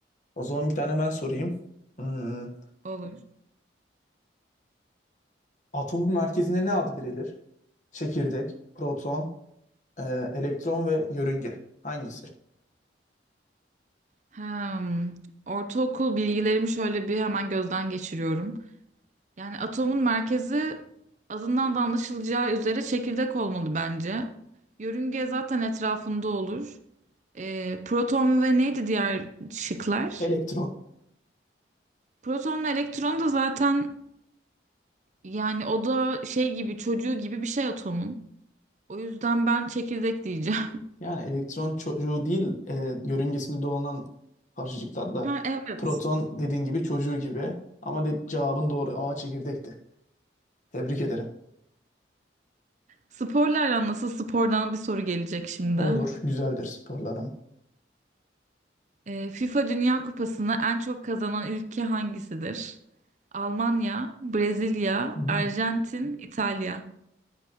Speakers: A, on the left (about 40°); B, on the right (about 40°).
A: O zaman bir tane ben sorayım. Hmm,
B: <laughs> Olur.
A: Atomun merkezine ne ad verilir? Çekirdek, proton, e, elektron ve yörünge. Hangisi?
B: Hem, ortaokul bilgilerimi şöyle bir hemen gözden geçiriyorum. Yani atomun merkezi adından da anlaşılacağı üzere çekirdek olmalı bence. Yörünge zaten etrafında olur. Ee, proton ve neydi diğer şıklar?
A: Elektron.
B: Protonla elektron da zaten yani o da şey gibi çocuğu gibi bir şey atomun. O yüzden ben çekirdek diyeceğim. <laughs>
A: Yani elektron çocuğu değil, e, yörüngesinde dolanan parçacıklar da.
B: Ha evet.
A: Proton dediğin gibi çocuğu gibi. Ama de, cevabın doğru. A çekirdekti. Tebrik ederim.
B: Sporla aran nasıl? Spordan bir soru gelecek şimdi.
A: Olur, güzeldir sporlarım.
B: Ee, FIFA Dünya Kupası'nı en çok kazanan ülke hangisidir? Almanya, Brezilya,
A: Hmm.
B: Arjantin, İtalya.